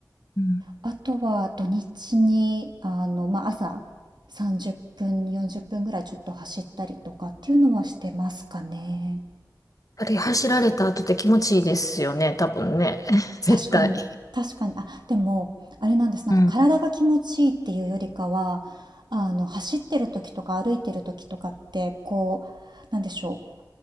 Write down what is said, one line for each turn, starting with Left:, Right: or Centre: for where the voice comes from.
Left: うん。
Right: あとは土日に、あの、まあ、朝30分、40分ぐらいちょっと走ったりとかっていうのはしてますかね。
Left: あれ走られた後って気持ちいいですよね、多分ね。<laughs> 絶対。
Right: 確かに、確かに、あ、でも、あれなんです。なんか体が気持ちいいっていうよりかは、
Left: うん。
Right: あの、走ってる時とか歩いてる時とかって、こう、なんでしょう。